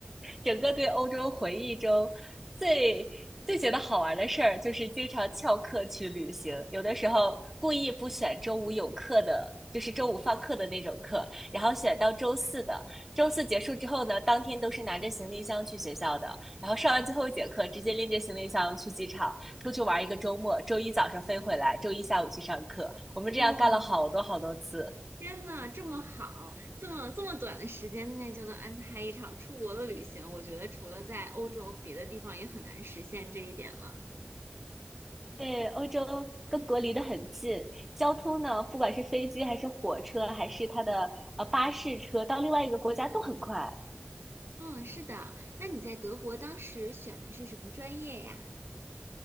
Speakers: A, in the centre; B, on the right.
A: 整个对欧洲回忆中最最觉得好玩的事儿，就是经常翘课去旅行，有的时候故意不选周五有课的。就是周五放课的那种课，然后选到周四的。周四结束之后呢，当天都是拿着行李箱去学校的，然后上完最后一节课，直接拎着行李箱去机场，出去玩一个周末。周一早上飞回来，周一下午去上课。我们这样干了好多好多次。
B: 哇！天呐，这么好，这么这么短的时间内就能安排一场出国的旅行，我觉得除了在欧洲，别的地方也很难实现这一点了。
A: 对，欧洲各国离得很近，交通呢，不管是飞机还是火车，还是它的呃巴士车，到另外一个国家都很快。
B: 嗯，是的。那你在德国当时选的是什么专业呀？